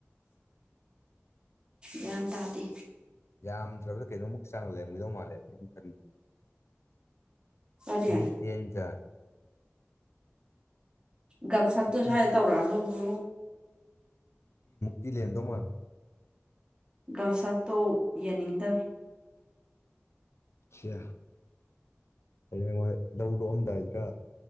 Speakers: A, on the right (about 20°); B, on the left (about 70°).
A: ꯌꯥꯟ ꯇꯥꯇ
B: ꯌꯥꯝꯗ꯭ꯔꯕꯗ ꯀꯩꯅꯣꯃꯨꯛ ꯆꯥꯡ ꯂꯩꯃꯤꯗꯧ ꯃꯥꯜꯂꯦ ꯐꯝ ꯈꯟꯕꯗ
A: ꯀꯔꯤ
B: ꯁꯤ ꯇꯦꯟ ꯆꯥ
A: ꯒꯞꯁꯞꯇꯣ
B: ꯐꯤꯐꯇꯤ
A: ꯁ ꯇꯧꯔꯅꯕ
B: ꯏꯂꯦꯟꯦꯟꯗ ꯃꯥ
A: ꯒꯝꯁꯞꯇꯣ ꯌꯦꯡꯅꯤꯡꯗꯕꯦ
B: ꯁꯤꯦ ꯍꯌꯦꯡꯋꯥꯏ ꯂꯧꯗꯣꯛꯑꯝꯗꯥꯏꯗ꯭ꯔꯥ ꯂ